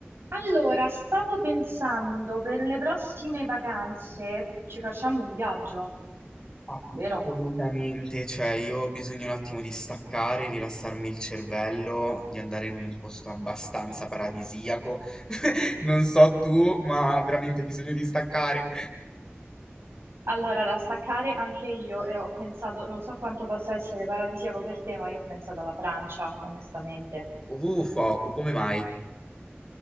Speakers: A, on the right; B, on the left.
A: Allora, stavo pensando per le prossime vacanze ci facciamo un viaggio,
B: Assolutamente,
A: vero?
B: cioè io ho bisogno un attimo di staccare, rilassarmi il cervello, di andare in un posto abbastanza paradisiaco. <laughs> Non so tu, ma veramente ho bisogno di staccare.
A: Allora, da staccare anche io e ho pensato, non so quanto possa essere paradisiaco per te, ma io ho pensato alla Francia, onestamente.
B: Uh, Foku, come mai?